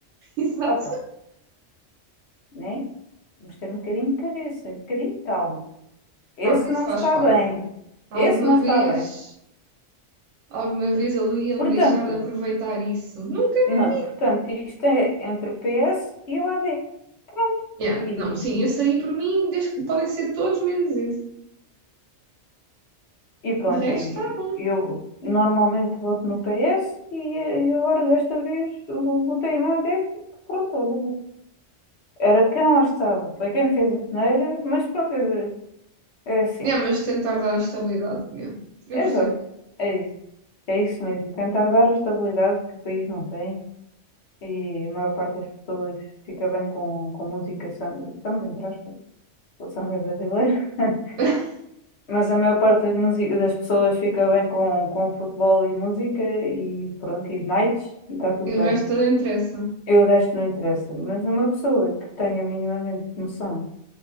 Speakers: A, on the right; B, on the left.
A: <laughs> Exato.
B: Opa, né? Vamos ter um bocadinho de cabeça, um bocadinho de calma. Esse
A: Ah, mas
B: não
A: isso faz
B: está
A: parte.
B: bem.
A: Alguma
B: Esse não
A: vez,
B: está bem.
A: alguma vez ele ia
B: Portanto,
A: me deixar de aproveitar isso. Nunca, né?
B: não, portanto, isto é entre o PS e o AD. Pronto.
A: Yeah.
B: E,
A: Não, sim, esse aí por mim, desde que podem ser todos menos esse.
B: e pronto,
A: De resto,
B: e-
A: está bom.
B: e eu normalmente voto no PS e, e eh, agora desta vez eu votei no AD. Pronto, olha, era de quem lá estava. Foi quem fez a geneira, mas pronto, é, é assim.
A: É, mas tentar dar estabilidade, yeah. Eu
B: Exato.
A: percebo.
B: É isso. É isso mesmo. Tentar dar a estabilidade que o país não tem E a maior parte das pessoas fica bem com, com música samba, samba, entre aspas, o samba é brasileiro. <laughs>
A: <laughs>
B: Mas a maior parte das, musi- das pessoas fica bem com, com futebol e música e pronto, e nights, e está tudo
A: E
B: bem.
A: o resto não interessa.
B: E o resto não interessa. Mas uma pessoa que tenha minimamente noção